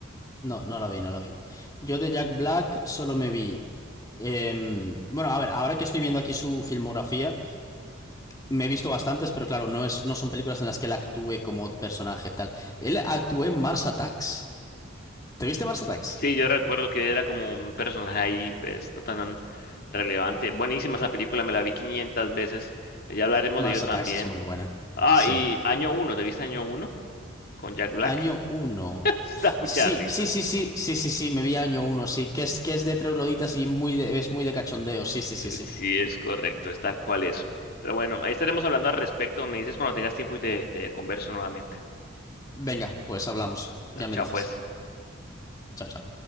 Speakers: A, on the left (about 20°); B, on the left (about 50°).
A: No, no la vi, no la vi. Yo de Jack Black solo me vi. em, bueno, a ver, ahora que estoy viendo aquí su filmografía, me he visto bastantes, pero claro, no es, no son películas en las que él actúe como personaje tal. Él actuó en Mars Attacks. ¿Te viste Mars Attacks?
B: Sí, yo recuerdo que era como un personaje ahí, pues, no tan relevante. Buenísima esa película, me la vi 500 veces. Ya hablaremos
A: Mars
B: de ello también.
A: Attacks es muy buena.
B: Ah,
A: Sí.
B: y Año Uno, ¿te viste Año Uno Con Jack Black.
A: Año uno,
B: <laughs> Está mucha
A: Sí,
B: risa.
A: sí, sí, sí, sí, sí, sí, me vi año uno, sí, que es, que es de trogloditas y muy de- es muy de cachondeo, sí, sí, sí,
B: Eh,
A: sí.
B: Sí, es correcto, es tal cual eso. Pero bueno, ahí estaremos hablando al respecto. Me dices cuando tengas tiempo y te, te converso nuevamente.
A: Venga, pues hablamos, ya
B: Dale, chao
A: me dices.
B: pues.
A: Chao, chao.